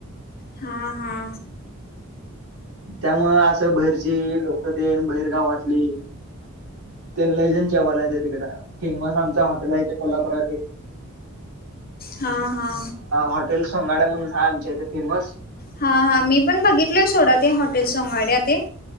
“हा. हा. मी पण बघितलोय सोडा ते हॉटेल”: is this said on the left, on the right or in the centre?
Left